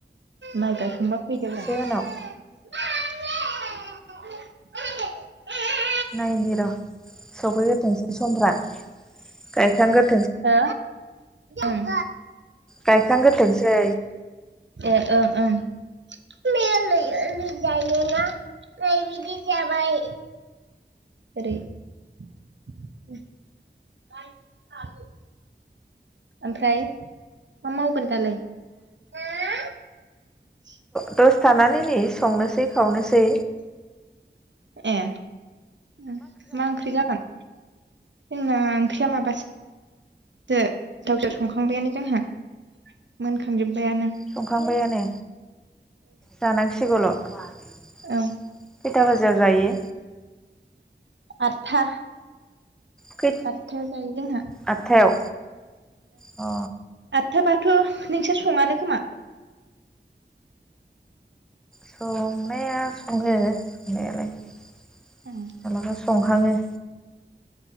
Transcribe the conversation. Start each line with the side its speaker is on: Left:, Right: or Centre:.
Right: माय गायखांबा फैदोब्रा
Centre: एसे उनाव
Right: <unintelligible>
Centre: नायनि र' सफैग्रोथोंसै समफ्रा गायखांग्रो
Right: हो उम
Centre: गायखांग्रोथोंसै
Right: ए ओं ओं बे लुयो लुजायोना नै बिदि जाबाय ओरै <unintelligible> ओमफ्राय मा मावगोन दालाय <unintelligible>
Centre: दसे थानानै नै संनोसै खावनोसै
Right: ए ओ मा ओंख्रि जागोन जोंना ओंख्रिया मा बासो जो‌ दावजो संखांबायानो जोंहा मोनखांजोबबायानो।
Centre: संखांबायानो जानांसिगौल' खैथा
Right: औ
Centre: बाजियाव जायो
Right: आदथा
Centre: खै
Right: आदथायायाव जायो जोंहा
Centre: आठथायाव अ।
Right: हो थाबाथ' नोंसोर सङानो खोमा।
Centre: संनाया सङो संनायालाय। माबलाबा
Right: उम
Centre: संहाङो।